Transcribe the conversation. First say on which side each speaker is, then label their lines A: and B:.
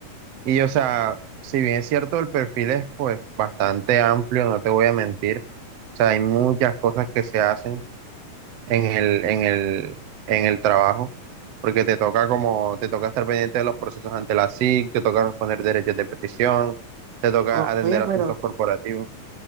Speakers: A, on the right; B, on the right.
A: Y o sea, si bien es cierto, el perfil es pues bastante amplio, no te voy a mentir. O sea, hay muchas cosas que se hacen en el, en el, en el trabajo, porque te toca como, te toca estar pendiente de los procesos ante la SIC, te toca responder derechos de petición, te toca
B: O-
A: atender
B: Oye,
A: asuntos
B: pero...
A: corporativos.